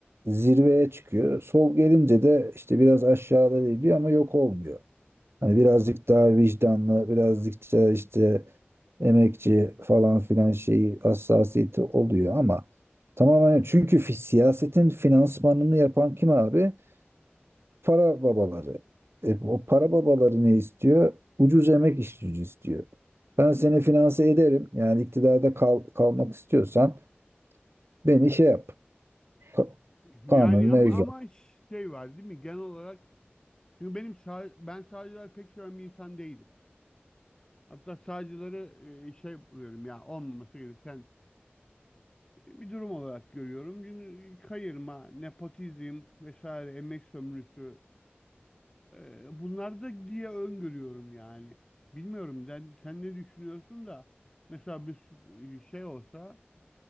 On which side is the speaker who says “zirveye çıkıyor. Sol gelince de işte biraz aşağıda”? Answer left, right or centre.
Right